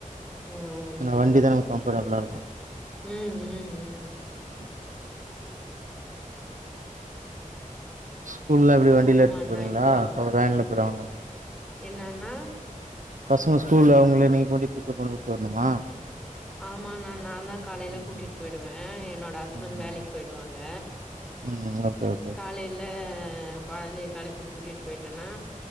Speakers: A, in the centre; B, on the right (about 65°).
A: ம்ம்
B: ஏன்னா வண்டி
A: ம்
B: தா நமக்கு கம்ஃபர்டபுளா
A: ம் ம்.
B: ஆஹ ஸ்கூல்ல எப்டி
A: தூங்கணுமா
B: வண்டியில எடுத்துட்
A: அண்ணா
B: போறீங்ளா
A: இப்போ?
B: போ வேன்ல போயிருவாங்களா
A: என்னன்னா,
B: பசங்க ஸ்கூல்ல அவங்கள நீங் ஒண்டி பிக் அப் பண்ணி வுட்டு வரணுமா
A: ஆமா நா நான் தா காலைல
B: ம்
A: கூட்டிட்டு போயிடுவே என்னோட ஹஸ்பண்ட்
B: ம்
A: வேலைக்கு போயிடுவாங்க
B: ம் ஓகே ஓகே ஓகே
A: காலைல கொழந்தைய கெளப்பி கூட்டிட்டு போயிட்டோனா